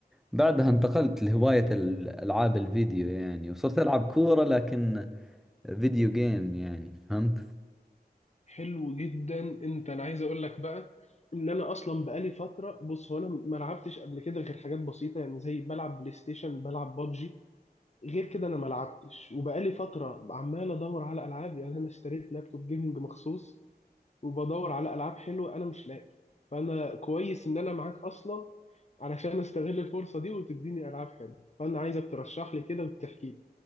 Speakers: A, in the centre; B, on the left.
A: بعدها انتقلت لهواية الألعاب الفيديو يعني وصرت ألعب كورة لكن فيديو جيم يعني فهمت؟
B: حلو جدا انت انا عايز اقول لك بقى ان انا اصلا بقالي فتره بص هو انا ما لعبتش قبل كده غير حاجات بسيطه يعني زي بلعب بلاي ستيشن بلعب بابجي غير كده انا ما لعبتش وبقالي فتره عمال ادور على العاب يعني انا اشتريت لابتوب جيمنج مخصوص وبدور على العاب حلوه انا مش لاقي فانا كويس ان انا معاك اصلا علشان استغل الفرصه دي وتديني العاب حلوه فانا عايزك ترشح لي كده وتحكي لي